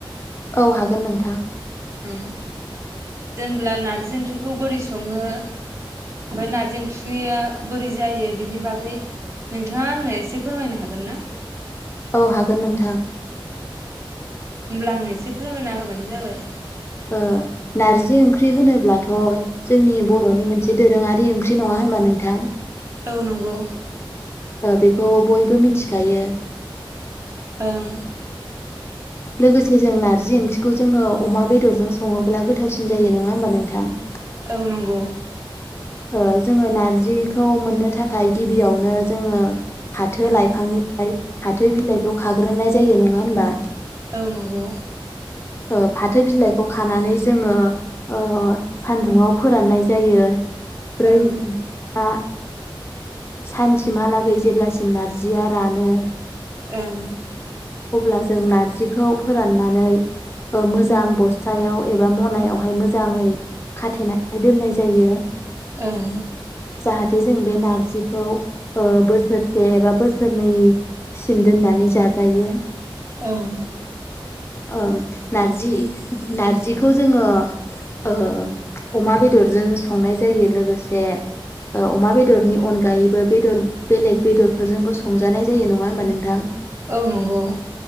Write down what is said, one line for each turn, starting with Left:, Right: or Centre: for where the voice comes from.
Left: औ हागोन नोंथां।
Right: उम जेनब्ला नारजि ओंख्रिखौ बोरै सङो ओमफ्राय नारजि ओंख्रिया बोरै जायो बिनि बागै नोंथाङा आंनो एसे फोरमायनो हागोन ना?
Left: औ हागोन नोंथां‌।
Right: होमब्ला आंनो एसे फोरमायना होबानो जाबाय।
Left: ओ नारजि ओंख्रि होनोब्लाथ जोंनि बर'नि मोनसे दोरोङारि ओंख्रि नङा होनबा नोंथां?
Right: औ नंगौ।
Left: बेखौ बयबो मिथिखायो।
Right: ओं।
Left: लोगोसे जों नारजि ओंख्रिखौ जोङो अमा बेदरजों सङोब्ला गोथावसिन जायो नङा होमबा नोंथां?
Right: औ नंगौ।
Left: ओ जोङो नारजिखौ मोननो थाखाय गिबियावनो जोङो फाथो
Right: ओं
Left: लाइफांनिफ्राय फाथो बिलाइखौ खाग्रोनाय जायो नङा होनबा?
Right: औ नंगौ
Left: ओ फाथो बिलाइखौ खानानै जोङो ओ सानदुंङआव फोराननाय जायो ब्रै
Right: ओं
Left: <unintelligible> बा सानसिमहालागै जेब्लासिम नारजिया रानो
Right: ओं
Left: अब्ला जों नारजि जिखौ फोराननानै मोजां बस्थायाव एबा मनायावहाय मोजाङै खाथेनानै दोननाय जायो
Right: ओं
Left: जाहाथे जों बे नारजिखौ ओ बोसोरसे एबा बोसोरनैसिम दोननानै जाजायो
Right: ओं
Left: ओ नारजि नारजिखौ जोङो ओ अमा बेदरजों संनाय जायो लोगोसे ओ अमा बेदरनि अनगायैबो बेदर बेलेग बेदरफोरजोंबो संजानाय जायो नङा होमबा नोंथां
Right: औ नंगौ